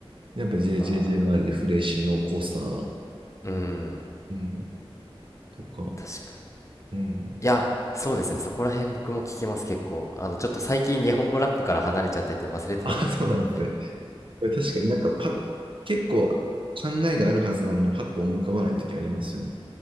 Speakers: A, on the right; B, on the left.
A: やっぱ JJJ
B: わあ。
A: 周りでフレッシュの濃さ、
B: うん。
A: うん、とか、
B: 確かに。
A: うん。
B: いや、そうですね。そこら辺僕も聞きます、結構。あの、ちょっと最近日本語ラップから離れちゃってて忘れてたんですけど。
A: あ、そうなんですね。確かになんかパ、結構考えがあるはずなのにパッと思い浮かばないときありますよね。